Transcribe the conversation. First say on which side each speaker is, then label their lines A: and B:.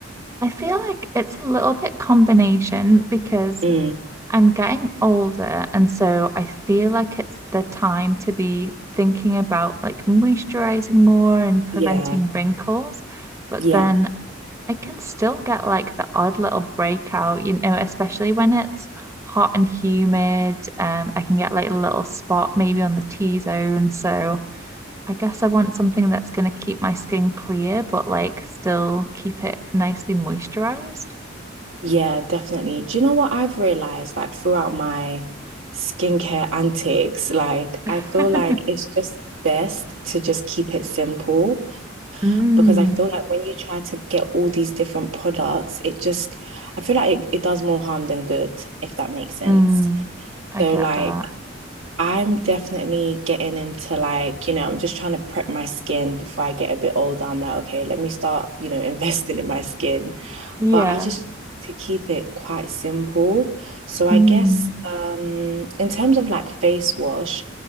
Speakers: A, on the right; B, on the right.
A: I feel like it's a little bit combination because
B: Mm,
A: I'm getting older, and so I feel like it's the time to be thinking about like moisturizing more and preventing
B: yeah.
A: wrinkles. But
B: Yeah.
A: then I can still get like the odd little breakout, you know, especially when it's hot and humid. Um, I can get like a little spot maybe on the T-zone. So I guess I want something that's going to keep my skin clear, but like still keep it nicely moisturized.
B: Yeah, definitely. Do you know what I've realized like throughout my skincare antics? Like,
A: <laughs>
B: I feel like it's just best to just keep it simple
A: Mm,
B: because I feel like when you try to get all these different products, it just, I feel like it, it does more harm than good, if that makes sense.
A: mm, I
B: So,
A: get
B: like,
A: that.
B: I'm definitely getting into like, you know, I'm just trying to prep my skin before I get a bit older. I'm like, okay, let me start, you know, <laughs> investing in my skin.
A: Yeah.
B: But I just like to keep it quite simple. So I
A: Mm.
B: guess um in terms of like face wash,